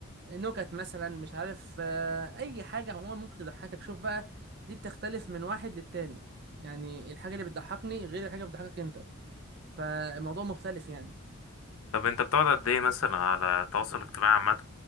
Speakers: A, on the right; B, on the left.
A: نكت مثلا مش عارف آه، اي حاجه عموما ممكن تضحكك شوف بقى دي بتختلف من واحد للتاني يعني الحاجه اللي بتضحكني غير الحاجه اللي بتضحكك انت فالموضوع مختلف يعني
B: طب انت بتقعد قد ايه مثلا على التواصل الاجتماعي عامة